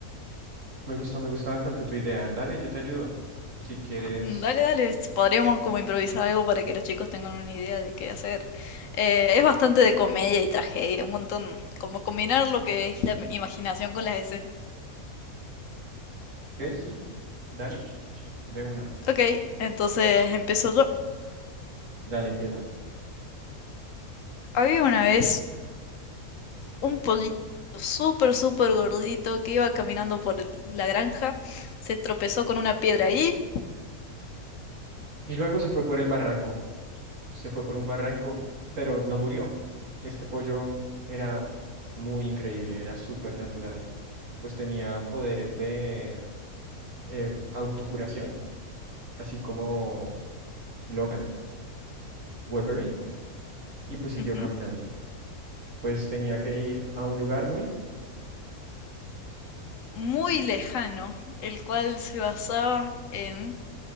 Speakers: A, on the right; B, on the left.
A: Me gusta, me gusta bastante tu idea. Dale, yo te ayudo. Si quieres.
B: Mm, Dale, dale, s- podríamos como improvisar algo para que los chicos tengan una idea de qué hacer. Eh, es bastante de comedia y tragedia, un montón, como combinar lo que es la imaginación con las escenas.
A: Ok, sí, dale, de una.
B: Ok, entonces empiezo yo.
A: Dale, empiezas.
B: Había una vez un pollito súper, súper gordito que iba caminando por el- la granja, se tropezó con una piedra ahí,
A: Y luego se fue por el barranco. Se fue por un barranco, pero no murió. Este pollo era muy increíble, era súper natural. Pues tenía poderes de eh, autocuración, así como Logan, Wolverine, y pues siguió
B: ujú,
A: caminando. pues tenía que ir a un lugar muy...
B: muy lejano, el cual se basaba en